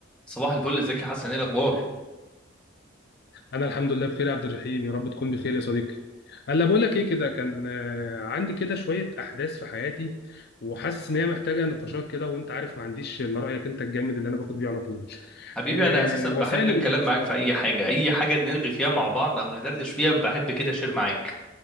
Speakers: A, in the centre; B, on the left.
A: صباح الفل ازيك يا حسن ايه الاخبار
B: انا الحمد لله بخير يا عبد الرحيم يا رب تكون بخير يا صديقي هلا بقول لك ايه كده كان آه، عندي كده شويه احداث في حياتي وحاسس ان هي محتاجه نقاشات كده وانت عارف ما عنديش الا رايك انت الجامد اللي انا باخد بيه على طول
A: حبيبي
B: آه،
A: انا اساسا
B: وسائل
A: بحب الكلام
B: المواصلات
A: معاك في اي حاجه اي حاجه نلغي فيها مع بعض او ندردش فيها بحب كده اشير معاك